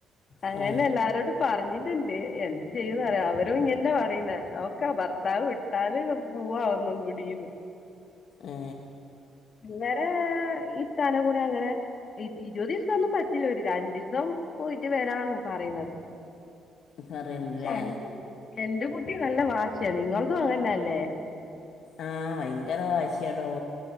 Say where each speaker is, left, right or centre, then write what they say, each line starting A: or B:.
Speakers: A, on the left; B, on the left.
A: അങ്ങനെ
B: ആ
A: എല്ലാരോടും പറഞ്ഞി ണ്ട് എന്ത് ചെയ്യുന്നയാ അവരും ഇങ്ങെ പറയുന്ന നോക്കാ ഭർത്താവ് വിട്ടാല് പൂവാ ഒന്നും കൂടീന്ന്
B: ഏ
A: വരെ ഇത്താന കൂടെ അങ്ങനെ ഇരുപത് ദിവസന്നും പറ്റില്ല ഒരു രണ്ടു ദിവസം പോയിട്ട് വരന്ന് പറയുന്നത്
B: പറയണ്ടല്ലേ
A: പക്ഷെ എന്റെ എന്റെ കുട്ടി നല്ല വാശിയാണ് നിങ്ങതും അങ്ങനന്നല്ലേ
B: ആഹ ഭയങ്കര വശയോടോ